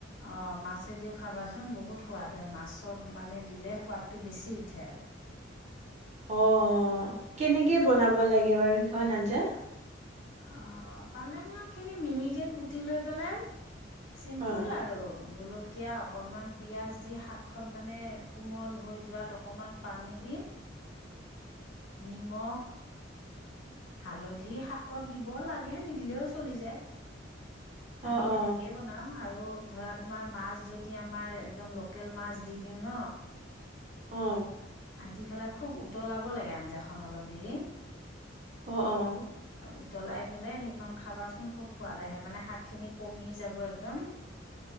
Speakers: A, on the left; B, on the right.
A: অঁ মাছেদিও খাবাচোন বহুত সোৱাদ হয় মাছত মানে দিলে সোৱাদটো বেছি উঠে আৰু
B: অ কেনেকে বনাব লাগে বাৰু সিখন আঞ্জা
A: অ পালেং শাক খিনি মিহিকে কুটি লৈ পেলাই চিম্পুল
B: অ
A: আৰু জলকীয়া একয়া অকনমান পিয়াজ দি শাক খন মানে কোমল হৈ যোৱাত অকণমান পানী দি নিমখ হালধি শাকত দিব লাগে নিদিলেও চলি যায়।
B: অ
A: আমি
B: অ
A: সেনেকেই বনাও আৰু ধৰা তোমাৰ মাছ যদি আমাৰ একদম লোকেল মাছ দি দিওঁ ন
B: অ
A: অ দি পেলাই খুব উতলাব লাগে আঞ্জাখন অলপ দেৰি
B: অঁ অঁ
A: উতলাই ফেলাই সেইখন খন খাবাচোন খুব সোৱাদ আহে মানে শাক খিনি পমি যাব একদম